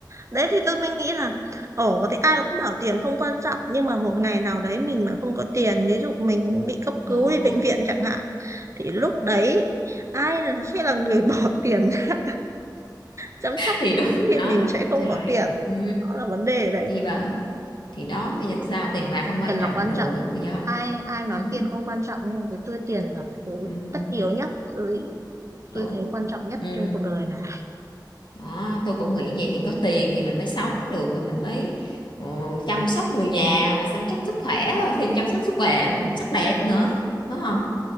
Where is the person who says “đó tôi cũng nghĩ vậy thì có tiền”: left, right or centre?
Left